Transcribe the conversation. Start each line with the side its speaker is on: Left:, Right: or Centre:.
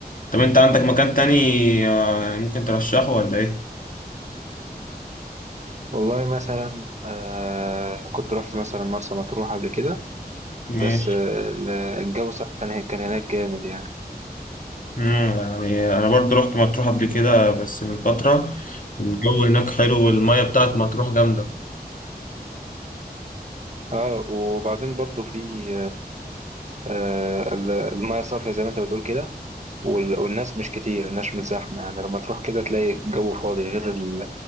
Left: طب انت عندك مكان تاني آه، يعني ممكن ترشحه ولا ايه؟
Right: والله مثلا آه كنت رحت مثلا مرسى مطروح قبل كده
Left: ماشي
Right: بس آه الجو صح كان كان هناك جامد يعني
Left: مم، يعني انا برضو رحت مطروح قبل كده بس من فترة الجو هناك حلو والمية بتاعت مطروح جامدة
Right: اه وبعدين برضو في آه، ال- المية صافية زي ما انت بتقول كده وال- والناس مش كتير الناس مش زحمة يعني لما تروح كده تلاقي الجو فاضي غير ال...